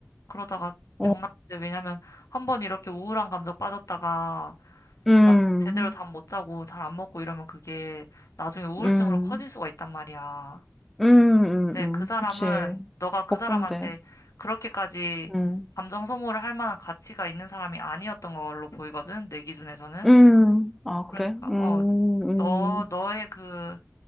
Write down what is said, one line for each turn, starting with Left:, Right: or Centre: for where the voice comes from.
Left: 그러다가
Centre: 어.
Left: 병났는데, 왜냐면 한 번 이렇게 우울한 감정 빠졌다가
Centre: 음,
Left: 자- 제대로 잠 못 자고 잘 안 먹고 이러면 그게 나중에 우울증으로
Centre: 음,
Left: 커질 수가 있단 말이야.
Centre: 음, 음,
Left: 근데 그
Centre: 음.
Left: 사람은
Centre: 그치.
Left: 너가 그
Centre: 걱정돼.
Left: 사람한테 그렇게까지
Centre: 음,
Left: 감정 소모를 할 만한 가치가 있는 사람이 아니었던 걸로 보이거든, 내 기준에서는.
Centre: 음. 아, 그래?
Left: 그러니까,
Centre: 음,
Left: 어, 너,
Centre: 음,
Left: 너의 그